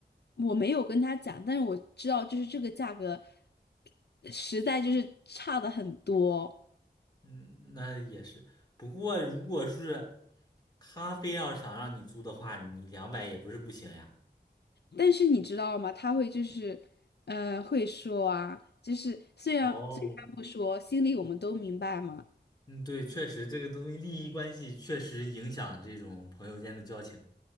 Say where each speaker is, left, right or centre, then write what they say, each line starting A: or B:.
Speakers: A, on the left; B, on the left.
A: 我没有跟他讲，但是我知道就是这个价格实在就是差的很多。
B: 嗯，那也是。不过如果是他非要想让你租的话，你两百也不是不行呀。
A: 但是你知道吗？他会就是，嗯，会说啊，就是虽然嘴上不说，
B: 哦，
A: 心里我们都明白嘛。
B: 嗯，对，确实这个东西利益关系确实影响这种朋友间的交情，